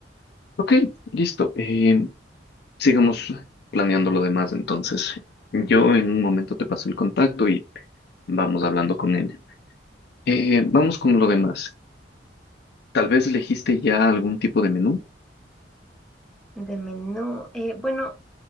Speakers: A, on the left; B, in the centre.
A: Ok, listo. Eh, sigamos planeando lo demás entonces. Yo en un momento te paso el contacto y vamos hablando con él. Eh, vamos con lo demás. Tal vez elegiste ya algún tipo de menú.
B: De menú, eh, bueno,